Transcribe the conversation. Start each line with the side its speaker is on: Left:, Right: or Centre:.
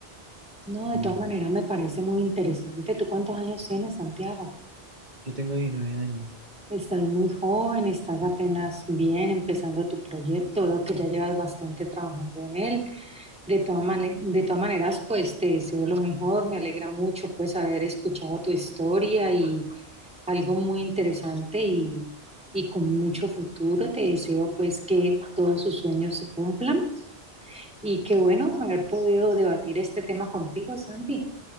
Centre: No, de
Right: Y
Centre: todas maneras me parece muy interesante. ¿Tú cuántos años tienes, Santiago?
Right: yo tengo diecinueve años.
Centre: Estás muy joven, estás apenas bien empezando tu proyecto, veo que ya llevas bastante trabajando en él. De todas male- de todas maneras, pues te deseo lo mejor, me alegra mucho pues haber escuchado tu historia y algo muy interesante y, y con mucho futuro. Te deseo pues que todos sus sueños se cumplan y qué bueno haber podido debatir este tema contigo, Santi.